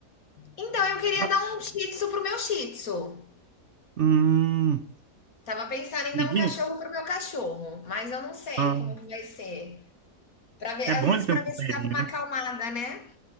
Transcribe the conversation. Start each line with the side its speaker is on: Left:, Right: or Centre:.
Left: Então eu queria
Right: ratos?
Left: dar um shih tzu pro meu shih tzu.
Right: Hum,
Left: Tava pensando em
Right: amiguinho?
Left: dar um cachorro pro meu cachorro, mas eu não sei
Right: Ah,
Left: como que vai ser. Para ver,
Right: é
Left: às
Right: bom
Left: vezes
Right: ele ter
Left: para
Right: um companheirinho,
Left: ver se dava uma
Right: né?
Left: acalmada, né?